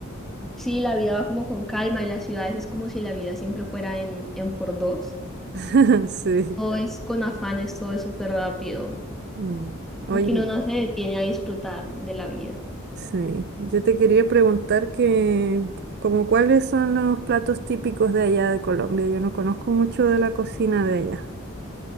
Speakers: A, in the centre; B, on the right (about 50°).
A: Sí, la vida va como con calma en las ciudades, es como si la vida siempre fuera en, en por dos.
B: <laughs> Sí.
A: Todo es con afanes, todo es súper rápido.
B: Mm.
A: Como
B: Oye,
A: que uno no se detiene a disfrutar de la vida.
B: sí, yo te quería preguntar que, como cuáles son los platos típicos de allá de Colombia. Yo no conozco mucho de la cocina de allá.